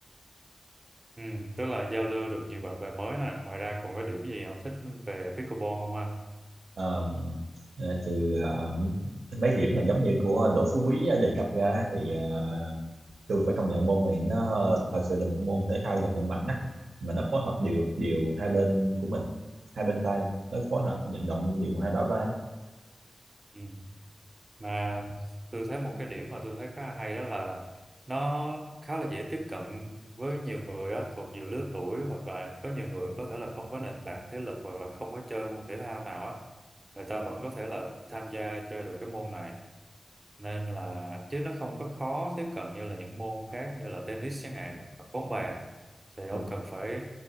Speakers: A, on the right; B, on the right.
A: Ừ, tức là giao lưu được nhiều bạn bè mới nè ngoài ra còn có điểm gì ông thích về pickleball không ha
B: Ờ, ờ, trừ ờ, mấy điểm mà giống như của Đỗ Phú Quý ờ, đề cập ra thì ờ, tôi phải công nhận môn này nó thật sự là một môn thể thao vận động mạnh á mà nó phối hợp điều điều hai bên của mình hai bên tay nó phối hợp vận động điều hai bả vai
A: ừ. mà tôi thấy một cái điểm mà tôi thấy khá là hay đó là nó khá là dễ tiếp cận với nhiều người á thuộc nhiều lứa tuổi hoặc là có nhiều người có thể là không có nền tảng thể lực hoặc là không có chơi môn thể thao nào á người ta vẫn có thể là tham gia chơi được cái môn này nên là chứ nó không có khó tiếp cận như là những môn khác như là tennis chẳng hạn hoặc bóng bàn thì ông
B: đúng
A: cần phải